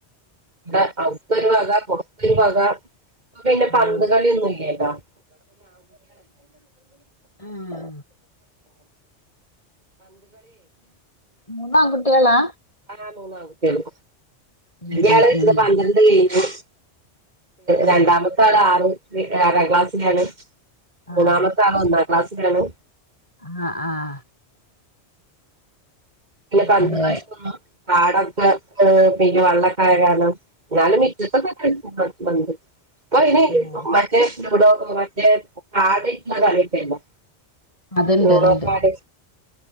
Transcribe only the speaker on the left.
ഓ
ആഹ് മൂന്നാകുട്ടികളാ
ഉം
ഉം
ഉം
ആഹ്
ആഹ്
ആഹ്, ആഹ്
അതെ
ഓ
അതുണ്ട്
അതുണ്ട്